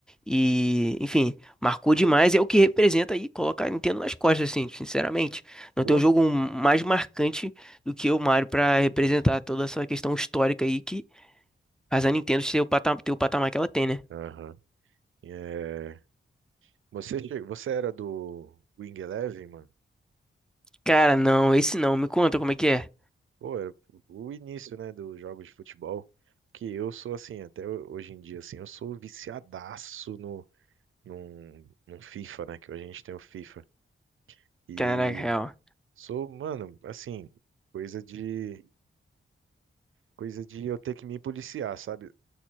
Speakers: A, in the centre; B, on the right (about 70°).
A: E, enfim, marcou demais. É o que representa aí, coloca a Nintendo nas costas, assim, sinceramente. Não
B: Pô,
A: tem um jogo mais marcante do que o Mario para representar toda essa questão histórica aí que faz a Nintendo ter o patamar, ter o patamar que ela tem, né?
B: aham. É, Você, che- você era do Wing Eleven, mano?
A: Cara, não, esse não. Me conta como é que é.
B: Pô, era o início, né, dos jogos de futebol, que eu sou assim, até hoje em dia, assim, eu sou viciadaço no, num, num FIFA, né, que a gente tem o FIFA. E
A: Caraca, real.
B: sou, mano, assim, coisa de, coisa de eu ter que me policiar, sabe?